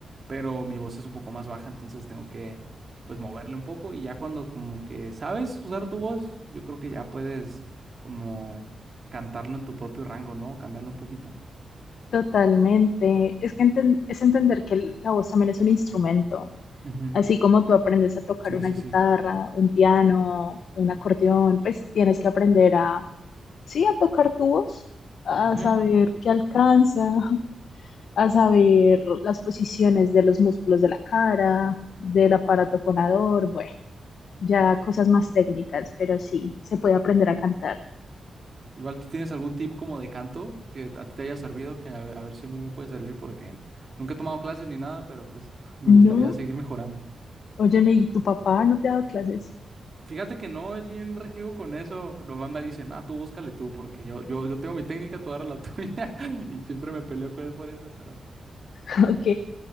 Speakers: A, on the right; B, on the left.
A: pero mi voz es un poco más baja, entonces tengo que, pues, moverle un poco y ya cuando como que sabes usar tu voz, yo creo que ya puedes como cantarlo en tu propio rango, ¿no? Cambiarlo un poquito.
B: Totalmente. Es que enten- es entender que el- la voz también es un instrumento.
A: Ujú,
B: Así como tú aprendes a tocar
A: Sí,
B: una
A: sí,
B: guitarra,
A: sí.
B: un piano, un acordeón, pues tienes que aprender a, sí, a tocar tu voz, a
A: Ujú,
B: saber qué alcanza, <laughs> a saber las posiciones de los músculos de la cara, del aparato fonador, bueno, ya cosas más técnicas, pero sí, se puede
A: sí.
B: aprender a cantar.
A: Igual tú tienes algún tip como de canto que a ti te haya servido, que a ver, a ver si a mí me puede servir porque nunca he tomado clases ni nada, pero pues <laughs> me
B: No,
A: gustaría seguir mejorando.
B: óyeme, ¿y tu papá no te ha dado clases?
A: Fíjate que no es bien rejego con eso. Nomás me dicen, ah, tú búscale tú, porque yo, yo, yo tengo mi técnica, tú agarra la tuya. <laughs> Y siempre me peleo con él por eso, pero.
B: <laughs> Ok.